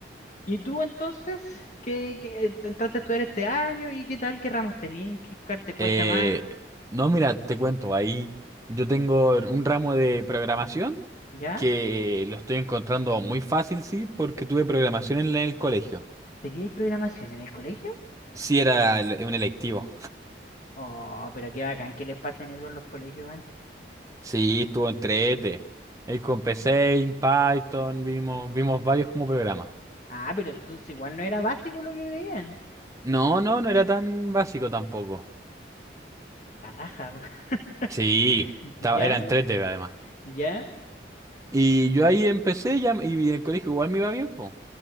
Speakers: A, on the left (about 40°); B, on the right (about 15°).
A: ¿Y tú entonces? ¿Qué, qué- ent- entraste a estudiar este año y qué tal? ¿Qué ramos tenías? ¿Qué, cuál te cuesta
B: Eh,
A: más?
B: no, mira, te cuento, ahí yo tengo un ramo de programación
A: ¿Ya?
B: que lo estoy encontrando muy fácil, sí, porque tuve programación en el colegio.
A: ¿Teníais programación en el colegio?
B: Sí, era el- un electivo.
A: Oh, pero qué bacán que les pasen eso en los colegios, man.
B: Sí, estuvo entre ETE. Ahí con PC, en Python, vimos, vimos varios como programa.
A: Ah, pero entonces igual no era básico lo que veían.
B: No, no, no era tan básico tampoco.
A: La raja. <laughs>
B: Sí, estaba,
A: ¿Ya?
B: era en Tres d además.
A: ¿Ya?
B: Y yo ahí empecé ya, y en el colegio igual me iba bien, pues.